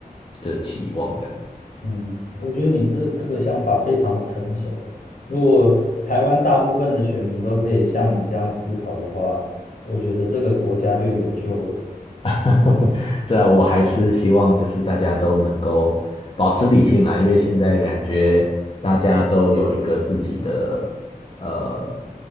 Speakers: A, on the left; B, on the left.
A: 的期望这样。
B: 嗯，我觉得你这这个想法非常的成熟哦。如果台湾大部分的选民都可以像你这样思考的话，我觉得这个国家就有救了。
A: <laughs> 对啊，我还是希望就是大家都能够保持理性啦，因为现在感觉大家都有一个自己的呃